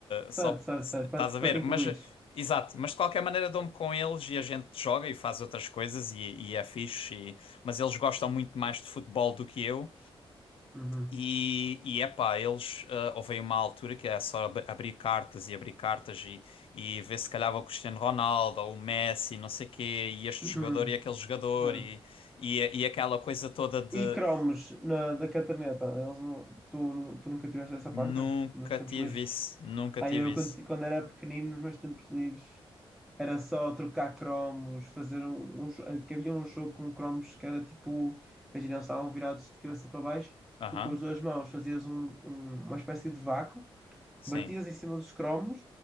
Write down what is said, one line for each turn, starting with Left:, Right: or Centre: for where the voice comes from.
Centre: Certo,
Left: Só...
Centre: certo,
Left: Estás
Centre: certo, para,
Left: a
Centre: para
Left: ver?
Centre: te incluires.
Left: Mas, eh, exato. Mas, de qualquer maneira, dou-me com eles e a gente joga e faz outras coisas e, e é fixe. e- Mas eles gostam muito mais de futebol do que eu.
Centre: Uhum.
Left: E, e epá, eles, ah, houve aí uma altura que é só ab- abrir cartas e abrir cartas e, e ver se calhava o Cristiano Ronaldo ou o Messi, não sei quê, e este
Centre: Uhum.
Left: jogador e aquele jogador
Centre: Exato.
Left: e, e, e aquela coisa toda de
Centre: E cromos na, da cartaneta Eles não, tu, nu- tu nunca tiveste essa
Left: nunca
Centre: panca nos tempos
Left: tive
Centre: livres?
Left: isso, nunca
Centre: Aí
Left: tive
Centre: eu,
Left: isso.
Centre: quando, ti- quando era pequenino, nos meus tempos livres, era só trocar cromos, fazer um, um jo- eh, que havia um jogo com cromos que era tipo, imagina, eles estavam virados de cabeça para baixo,
Left: Aham,
Centre: tu com as duas mãos fazias um- um- uma espécie de vácuo,
Left: Sim,
Centre: batias em cima dos cromos,